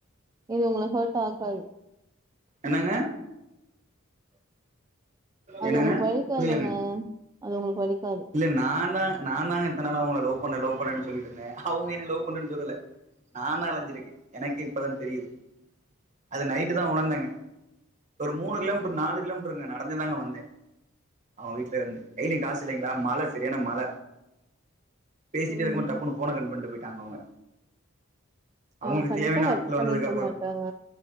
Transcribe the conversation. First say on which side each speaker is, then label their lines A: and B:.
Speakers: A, on the right (about 20°); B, on the right (about 35°).
A: இது உங்கள ஹேட் ஆக்காது
B: என்னங்க
A: அது
B: என்னங்க
A: உங்குளுக்கு வலிக்காதுங்க
B: புரியலங்க
A: அது உங்குளுக்கு வலிக்காது
B: இல்ல நா தா நா தாங்க இத்த நாளா அவுங்கள லவ் பண்றே லவ் பண்றேன்னு சொல்லிட்ருந்தே அவுங்க என்னைய லவ் பண்றேன்னு சொல்லல நா தா அலைஞ்சிருக்கே எனக்கே இப்பதா தெரியுது அது நைட்டு தா உணர்ந்தேங்க ஒரு மூணு கிலோமீட்ரு நாலு கிலோமீட்ருங்க நடந்தே தாங்க வந்தே அவங்க வீட்ல இருந்து கைல காஸ் இல்லைங்களா மழ சரியான மழ பேசிட்டே
A: ம்
B: இருக்கும்போது டப் புன்னு ஃபோன கட் பண்ட்டு போயிட்டாங்க அவங்க அவுங்குளுக்கு
A: அவங்க கண்டிப்பா
B: தேவையான
A: கட்
B: ஆட்கள் வந்ததுக்கு
A: பண்ணிருக்க
B: அப்றோ
A: மாட்டாங்க